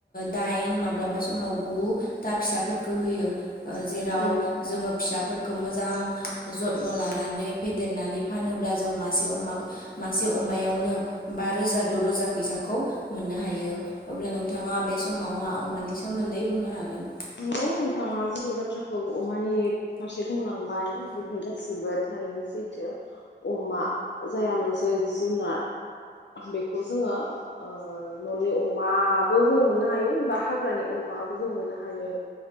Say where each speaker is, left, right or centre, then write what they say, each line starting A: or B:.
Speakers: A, on the left; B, on the left.
A: दाइन माब्लाबा समाव गु दा फिसाफोरखौ होयो‌। जेराव
B: उम
A: जोङो फिसाफोर खौ मोजां जथन' लानानै फेदेरनानै फानोब्ला जों मासे अमा मासे अमायावनो बा रोजा द'रोजा फैसाखौ मोननो हायो। अब्ला नोंथाङा बे समावहा अमानि सोमोन्दै बुंनो हागोन
B: नंगौ नोंथाङा जिफोर बाथ्राखौ अमानि फारसे बुंलांबाय बेफोर गासिबो थारैनो सैथो अमा जाया मोनसे जुनार बेखौ जोङो ओ न'नि अमाबो जोङो मोननो हायो हा हाग्रानि अमा। अमाबो जों मोन हायो